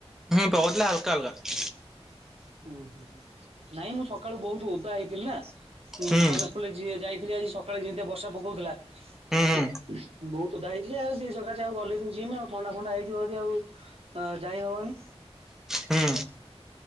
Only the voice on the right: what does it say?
ଉୁଁ ହୁଁଁ ନାଇଁ ମୁଁ ସକାଳୁ ବହୁତ ଓଦା ହେଇଥିଲି ନା ଉଁ
କଲେଜ ଫଲେଜ୍ ଯିଏ ଯାଇଥିଲି ଆଜି ସକାଳେ ଯେମତିଆ ବର୍ଷା ପକଉଥିଲା ଉ
ହୁ ବହୁତ ଓଦା ହେଇଥିଲି ଆଉ ସେ ସକାଶେ ଆଉ ଗଲିନି ଯିମ ଆଉ ଥଣ୍ଡା ଫଣ୍ଡା ହେଇଯିବ ଯଦି ଆଉ ଯାଇ ହବନି।